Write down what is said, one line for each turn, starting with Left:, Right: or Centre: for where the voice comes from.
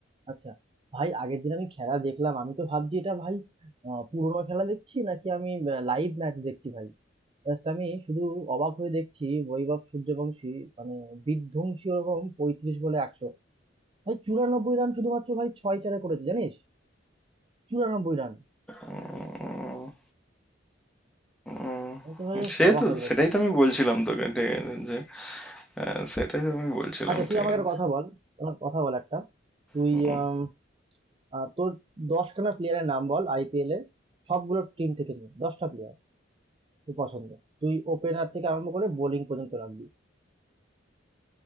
Right: আচ্ছা ভাই আগের দিন আমি খেলা দেখলাম আমি তো ভাবছি এটা ভাই আহ, পুরোনো খেলা দেখছি নাকি আমি লাইভ ম্যাচ দেখছি ভাই জাস্ট আমি শুধু অবাক হয়ে দেখছি বৈভব সূর্যবংশী মানে বিধ্বংসী ওরকম পঁয়ত্রিশ বলে একশো ভাই চুরানব্বই রান শুধুমাত্র ভাই ছয় চারে করেছে জানিস চুরানব্বই রান
Centre: উম, উম,
Right: আমি তো ভাই জাস্ট
Centre: সে
Right: অবাক
Centre: তো
Right: হয়ে গেছি
Centre: সেটাই তো আমি বলছিলাম তোকে ঠিক আছে যে হ্যাঁ, সেটাই তো আমি বলছিলাম
Right: আচ্ছা তুই
Centre: ঠিক
Right: আমাকে
Centre: আছে
Right: একটা কথা বল আমার কথা বল একটা তুই
Centre: হুম।
Right: আম, আহ, তোর দশখানা প্লেয়ারের নাম বল আইপিএল এ সবগুলো টিম থেকে নিয়ে দশটা প্লেয়ার তুই পছন্দ তুই ওপেনার থেকে আরম্ভ করে বোলিং পর্যন্ত রাখবি